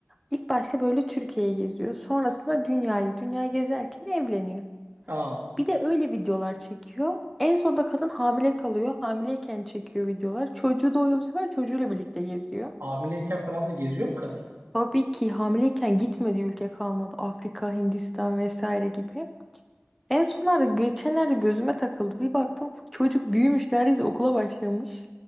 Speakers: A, in the centre; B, on the right.
A: İlk başta böyle Türkiye'ye geziyor. Sonrasında dünyayı, dünya gezerken evleniyor.
B: Aa,
A: Bir de öyle videolar çekiyor. En sonunda kadın hamile kalıyor. Hamileyken çekiyor videolar. Çocuğu doğuyor bu sefer çocuğuyla birlikte geziyor.
B: hamileyken falan da geziyor mu kadın?
A: Tabii ki hamileyken gitmediği ülke kalmadı. Afrika, Hindistan vesaire gibi. En sonlarda geçenlerde gözüme takıldı. Bir baktım çocuk büyümüş neredeyse okula başlamış.